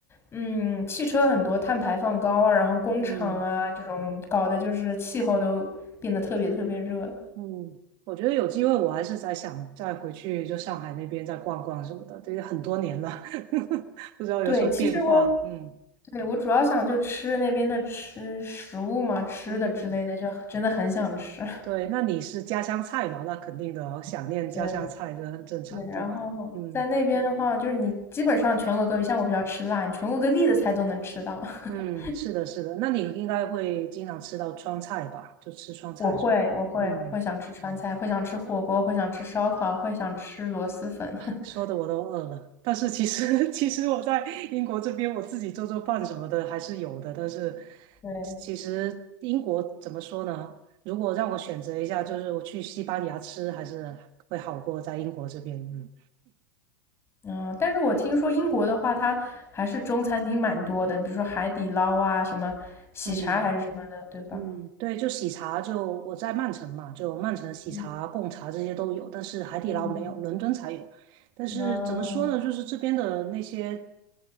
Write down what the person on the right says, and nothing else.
嗯。嗯，我觉得有机会我还是在想再回去就上海那边再逛逛什么的，这个很多年了，<laughs> 不知道有什么变化。
嗯
嗯，
对，那你是家乡菜嘛？那肯定的哦，想念家乡菜这很正常，
对吧？嗯
嗯，
是的，是的。那你应该会经常吃到川菜吧？就吃川菜什么的。
嗯
说的我都饿了，但是其实 <laughs> 其实我在英国这边我自己做做饭什么的还是有的，但是
其实英国怎么说呢？如果让我选择一下，就是我去西班牙吃，还是会好过在英国这边。嗯，
嗯。
嗯，对，就喜茶就我在曼城嘛，就曼城喜茶、
贡茶这些都有，但是海底捞没有，
伦敦才有。但是怎么说呢，
就是这边的那些